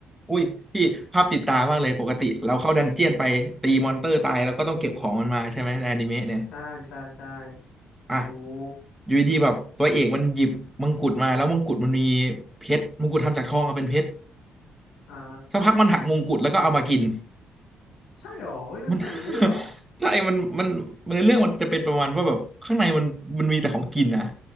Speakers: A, in the centre; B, on the left.
A: อุ้ยพี่ภาพติดตามากเลยปกติเราเข้าดันเจียนไปตีมอนเตอร์ตายแล้วก็ต้องเก็บของมันมาใช่ไหมในอนิเมะเนี่ย
B: ใช่ใช่ใช่
A: อ่ะ
B: ถูก
A: อยู่ดีๆแบบตัวเอกมันหยิบมงกุฎมาแล้วมงกุฎมันมีเพชรมงกุฎทำจากทองอะเป็นเพชร
B: อ่า
A: สักพักมันหักมงกุฎแล้วก็เอามากิน
B: ใช่หรอเฮ้ยมันทำอย่างนั้นได้ด้วยเหรอ
A: มัน <laughs> ใช่มันมันมันในเรื่องมันจะเป็นประมาณว่าแบบข้างในมันมันมีแต่ของกินนะ